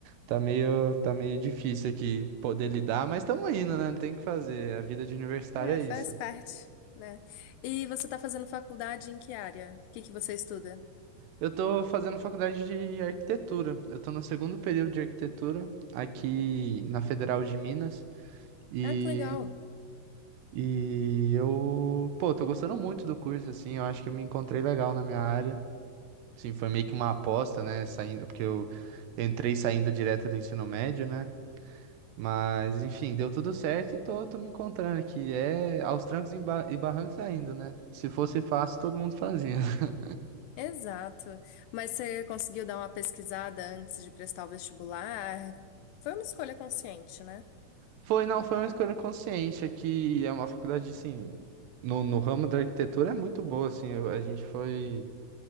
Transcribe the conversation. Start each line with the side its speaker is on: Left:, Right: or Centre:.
Right: Tá meio, tá meio difícil aqui poder lidar, mas estamos indo, né? Não tem o que fazer. A vida de universitário
Left: É,
Right: é isso.
Left: faz parte, né? E você tá fazendo faculdade em que área? O que que você estuda?
Right: Eu tô fazendo faculdade de arquitetura. Eu tô no segundo período de arquitetura aqui na Federal de Minas. e
Left: Ah, que legal.
Right: E eu, pô, tô gostando muito do curso, assim, eu acho que eu me encontrei legal na minha área. Assim, foi meio que uma aposta, né, saindo, porque eu entrei saindo direto do ensino médio, né? Mas, enfim, deu tudo certo e tô, tô me encontrando aqui. É aos trancos e ba- e barrancos ainda, né? Se fosse fácil, todo mundo fazia. <laughs>
Left: Exato. Mas você conseguiu dar uma pesquisada antes de prestar o vestibular? Foi uma escolha consciente, né?
Right: Foi, não, foi uma escolha consciente, aqui é uma faculdade, assim, no, no ramo da arquitetura é muito boa, assim, eu- a gente foi...